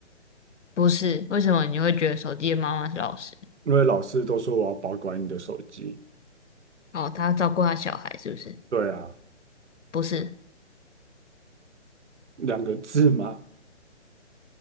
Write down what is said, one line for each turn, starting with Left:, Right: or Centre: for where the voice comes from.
Left: 不是，为什么你会觉得手机的妈妈是老师？
Right: 因为老师都说我要保管你的手机，
Left: 哦，她照顾她小孩是不是？
Right: 对啊，
Left: 不是，
Right: 两个字嘛。